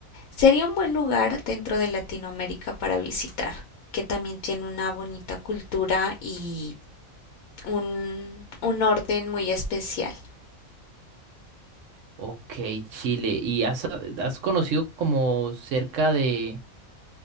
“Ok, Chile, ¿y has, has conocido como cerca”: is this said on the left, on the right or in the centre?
Right